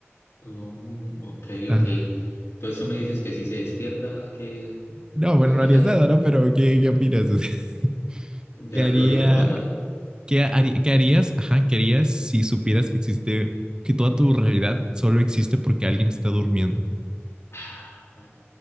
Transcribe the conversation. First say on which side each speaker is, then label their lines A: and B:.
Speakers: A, on the left (about 75°); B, on the right (about 20°).
A: Oh, ok,
B: Ah,
A: ok. Entonces tú me dices que si se despierta, ¿qué,
B: No, bueno,
A: qué va
B: no
A: a pasar?
B: harías nada, ¿no? Pero ¿qué, qué opinas? <laughs>
A: De
B: ¿Qué
A: la
B: haría,
A: teoría como tal.
B: qué harí- qué harías? Ajá, ¿qué harías si supieras que existe, que toda tu realidad solo existe porque alguien está durmiendo?
A: Ah,